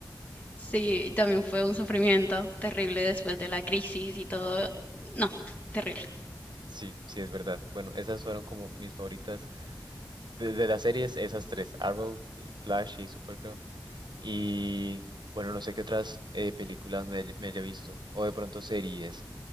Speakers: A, on the left; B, on the right.
A: Sí, y también fue un sufrimiento terrible después de la crisis y todo. No, terrible.
B: Sí, sí, es verdad. Bueno, esas fueron como mis favoritas de, de las series, esas tres, Arrow, eh, Flash y Supergirl. Y bueno, no sé qué otras eh, películas me, haya me haya visto o de pronto series.